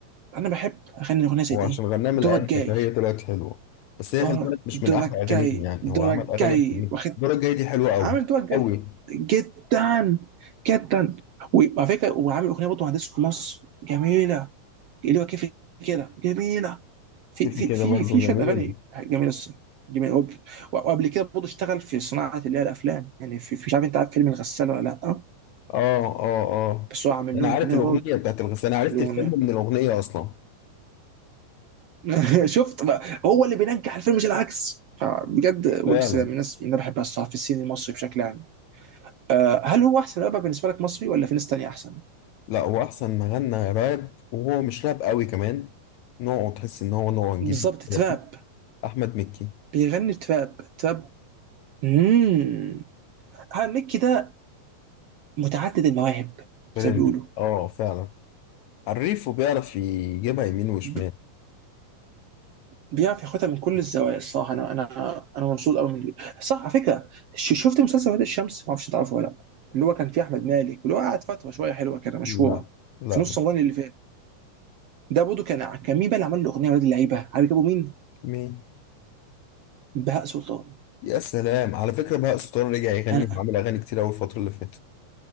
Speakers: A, on the right (about 70°); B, on the left (about 75°).
A: انا بحب اغني اغنيه زي
B: هو
A: دي
B: عشان غنام
A: دورك
B: الآلة
A: جاي
B: هي طلعت حلوة بس هي
A: اه
B: خلي بالك مش
A: دورك
B: من أحلى أغانيه
A: جاي
B: يعني
A: دورك
B: هو عمل أغاني
A: جاي
B: أحسن منه
A: واخد
B: الدورة الجاية دي حلوة أوي
A: عامل الدول الجايه
B: أوي
A: جدا جدا وعلى فكره وعامل اغنيه برضه مهندس في مصر جميله اللي هو كيف كده جميله في
B: كيفي
A: في
B: كده
A: في
B: برضه
A: في
B: جميل
A: شويه اغاني جميله الصراحه جميله وب- وقبل كده برضه اشتغل في صناعه اللي هي الافلام يعني في في- مش عارف انت عارف فيلم الغساله ولا لا
B: آه آه آه
A: بس
B: شوف،
A: هو عامل
B: أنا
A: لهم
B: عارف
A: اغنيه
B: الأغنية
A: برضه
B: بتاعت الغ... أنا عرفت
A: الاغنيه
B: الفيلم من الأغنية أصلا
A: <laughs> شفت بقى هو اللي بينجح الفيلم مش العكس فبجد ويجز
B: فعلا
A: من الناس اللي انا بحبها الصراحه في السين المصري بشكل عام آه، هل هو احسن رابر بالنسبه لك مصري ولا في ناس تانية احسن؟
B: لا هو أحسن ما غنى راب وهو مش راب أوي كمان نوعه تحس إن هو نوع جديد
A: بالظبط تراب
B: لطيف أحمد مكي
A: بيغني تراب تراب اممم هذا ميكي ده متعدد المواهب
B: برنس
A: زي ما بيقولوا
B: آه فعلا عريف وبيعرف يجيبها يمين وشمال
A: ب- بيعرف ياخدها من كل الزوايا الصراحه انا انا انا مبسوط قوي من اللي- صح على فكره ش- شفت مسلسل وادي الشمس ما اعرفش تعرفه ولا لا اللي هو كان فيه احمد مالك اللي هو قعد فتره شويه حلوه كده مشهوره
B: لا لا
A: في نص رمضان اللي فات ده برضه كان كان مين بقى اللي عمل له اغنيه ولاد اللعيبه عارف جابوا مين؟
B: مين
A: بهاء سلطان
B: يا سلام على فكرة بهاء سلطان رجع يغني
A: انا
B: وعمل أغاني كتير أوي الفترة اللي فاتت